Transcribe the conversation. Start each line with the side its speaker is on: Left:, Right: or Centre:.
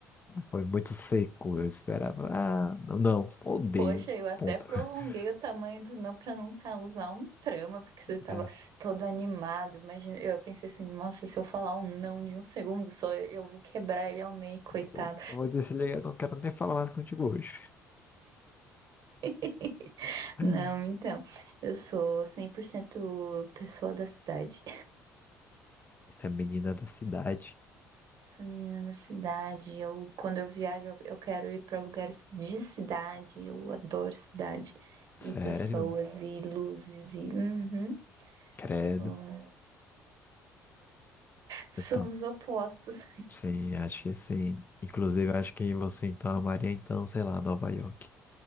Left: Foi muito seco, eu esperava. Ah, não, não, odeio.
Right: Poxa, eu até
Left: Ponto.
Right: prolonguei
Left: <laughs>
Right: o tamanho do não pra não causar um trama, porque você tava
Left: É,
Right: todo animado. Imagina, eu pensei assim, nossa, se eu falar um não de um segundo só, eu, eu vou quebrar ele ao meio, coitado.
Left: eu, eu vou desligar, eu não quero nem falar mais contigo hoje.
Right: <laughs>
Left: Hum.
Right: Não, então, eu sou 100% pessoa da cidade.
Left: Você é menina da cidade.
Right: Sou menina da cidade. Eu, quando eu viajo, eu eu quero ir pra lugares de cidade. Eu adoro cidade
Left: Sério?
Right: e pessoas e luzes e uhum,
Left: Credo.
Right: sou- somos
Left: Então,
Right: opostos.
Left: sim, acho que sim. Inclusive, acho que você então amaria, então, sei lá, Nova York.